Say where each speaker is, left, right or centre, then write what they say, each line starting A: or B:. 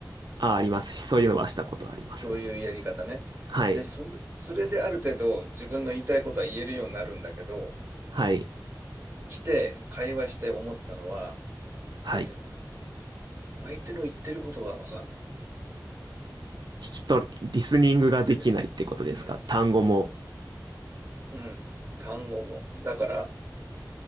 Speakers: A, on the right; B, on the right.
A: あ、ありますし、そういうのはしたことありますね。
B: そういうやり方ね。
A: はい。
B: で、そ、それである程度自分の言いたいことは言えるようになるんだけど、
A: はい。
B: 来て会話して思ったのは、
A: はい。
B: なんていうのかな、相手の言ってることが分かんない。
A: 聞き取り、リスニングができないってことですか単語も。
B: そうです。うん。そう。うん。単語も。だから、